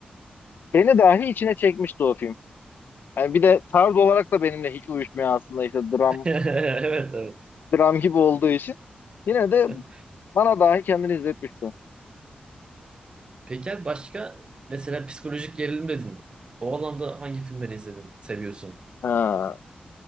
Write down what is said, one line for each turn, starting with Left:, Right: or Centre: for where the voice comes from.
Left: beni dahi içine çekmişti o film. Yani bir de tarz olarak da benimle hiç uyuşmuyor aslında işte dram
Right: <laughs> Evet
Left: dram gibi olduğu için. Yine de
Right: evet.
Left: bana dahi kendini izletmişti.
Right: Peki abi başka mesela psikolojik gerilim dedin. O alanda hangi filmleri izledin, seviyorsun?
Left: Ee,